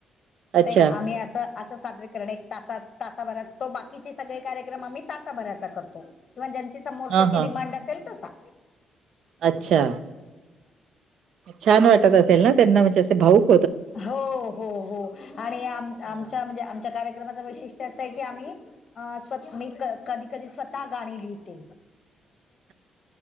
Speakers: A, on the right; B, on the left.
A: अच्छा.
B: ते आम्हीं असं असंजरे किंवा तासांत तासांभरांत बाकीचे कार्यक्रम आम्हीं तासांभरांत करतो किंवा समोह
A: हां,
B: त्याची
A: हां.
B: डिमांड असेल तसां
A: अच्छा छांन वाटतं असेल नां त्यांना म्हणजे असे पाहूणं
B: हो हो हो आणि आं
A: हो.
B: आमच्या म्हणजे आमच्या कार्यक्रमाच वैशिष्ट्य असं आहे की आम्हीं अं स्वं मी कधीं कधीं स्वंतः गाणी लिहिते
A: <inaudible> <unintelligible>